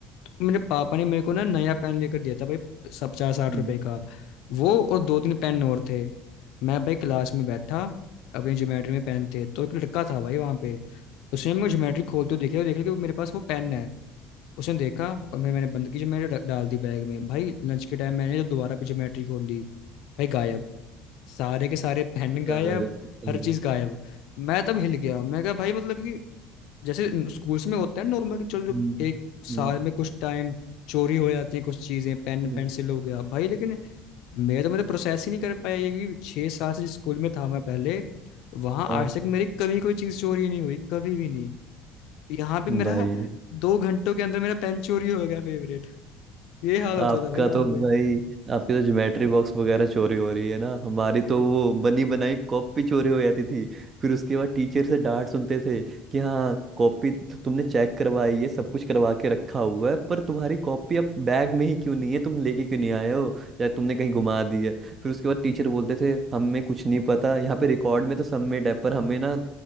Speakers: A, on the left (about 55°); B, on the right (about 35°).
A: तो मेरे पापा ने मेरे को ना नया पेन लेकर दिया था भाई सब पचास साठ
B: हम्म,
A: रुपए का वो और दो तीन पेन और थे मैं भाई क्लास में बैठा अपनी ज्योमेट्री में पेन थे तो एक लड़का था भाई वहां पे उसने मेरे ज्योमेट्री खोलते हुए देखा और देखा कि वो मेरे पास वो पेन है उसने देखा और मैं मैंने बंद की जो मैंने रख- डाल दी बैग में भाई लंच के टाइम मैंने जब दोबारा भी ज्योमेट्री खोली भाई गायब सारे के सारे पेन गायब
B: यार, सही।
A: हर चीज गायब मैं तब हिल गया मैं कहा भाई मतलब कि जैसे स्कूल्स में होता है नॉर्मल कि चलो
B: हम्म,
A: जो एक साल
B: हम्म,
A: में कुछ टाइम चोरी हो जाती है कुछ चीजें पेन
B: हम्म,
A: पेंसिल हो गया भाई लेकिन मैं तो मतलब प्रोसेस ही नहीं कर पाया ये कि छह साल से जिस स्कूल में था मैं पहले वहां
B: हाँ
A: आज तक मेरी कभी कोई चीज चोरी नहीं हुई कभी भी नहीं यहाँ पे
B: भाई
A: मेरा दो घंटों के अंदर मेरा पेन चोरी हो गया फेवरेट ये हाल
B: आपका
A: होता था भाई वहां
B: तो
A: पे
B: भाई आपकी तो ज्योमेट्री बॉक्स वगैरह चोरी हो रही है ना हमारी तो वो बनी बनाई कॉपी चोरी हो जाती थी फिर उसके बाद टीचर से डांट सुनते थे कि हाँ कॉपी तो तुमने चेक करवाई है सब कुछ करवा के रखा हुआ है पर तुम्हारी कॉपी अब बैग में ही क्यों नहीं है तुम लेके क्यों नहीं आए हो या तुमने कहीं गुमा दी है फिर उसके बाद टीचर बोलते थे हमें कुछ नहीं पता यहाँ पे रिकॉर्ड में तो सबमिट है पर हमें ना